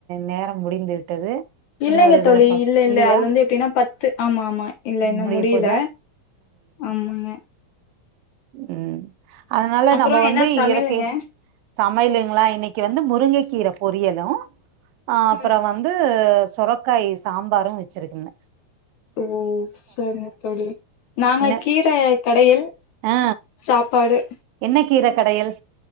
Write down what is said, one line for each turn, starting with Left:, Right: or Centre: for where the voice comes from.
Right: நேரம் முடிந்து விட்டது.
Left: இல்லைங்க
Right: இன்னொரு இதுல
Left: தோழி
Right: பா
Left: இல்ல இல்ல
Right: இல்லையா
Left: அது வந்து எப்டினா பத் து ஆமா ஆமா. இல்ல இன்னு
Right: முடிய
Left: முடியல
Right: போதா
Left: ஆமாங்க.
Right: உம். அதனால
Left: அப்புறோ
Right: நம்ம வந்து
Left: என்ன சமையலுங்க
Right: இயற்கை சமையலுங்களா இன்னைக்கு வந்து முருங்கை கீரை போரி. பொரியலும். அ அப்புறம்
Left: ம்
Right: வந்து. சுரக்காய் சாம்பாரும் வச்சிருக்கங்க.
Left: ஓ சரிங்க தோழி நாங்க
Right: என்ன
Left: கீரை கடையல்
Right: ஆ
Left: சாப்பாடு.
Right: என்ன கீரை கடையல்.